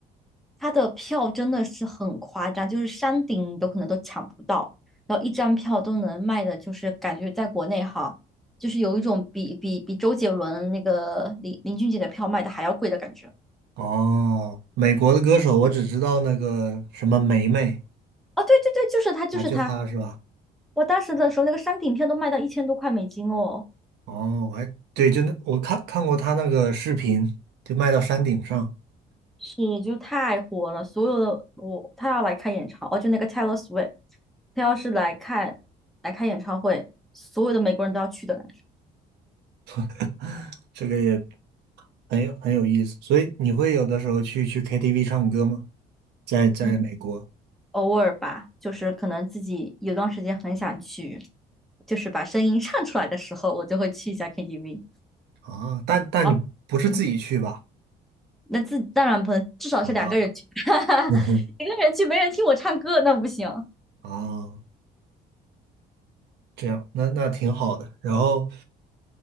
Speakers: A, in the centre; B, on the right (about 80°).
A: 她的票真的是很夸张，就是山顶都可能都抢不到，然后一张票都能卖的，就是感觉在国内哈，就是有一种比比比周杰伦那个林林俊杰的票卖的还要贵的感觉。
B: 哦，美国的歌手我只知道那个什么梅梅
A: 哦，对对对，就是他，就是他。
B: 啊，就她是吧？
A: 我当时的时候，那个山顶票都卖到一千多块美金哦。
B: 哦，我还对，就那我看看过她那个视频，就卖到山顶上，
A: 是，就是太火了，所有的我他要来开演唱，哦，就那个 Taylor Swift，他要是来看来开演唱会，所有的美国人都要去的感觉。
B: <laughs> 这个也很有很有意思。所以你会有的时候去去 KTV 唱歌吗？在在美国。
A: 嗯，偶尔吧，就是可能自己有段时间很想去，就是把声音唱出来的时候，我就会去一下 KTV。
B: 啊，但但你不是自己去吧？
A: 哦，嗯，那自当然不能，至少是两个人去，
B: 啊，
A: <laughs>
B: 嗯哼，
A: 一个人去没人听我唱歌，那不行。
B: 啊，这样，那那挺好的。然后，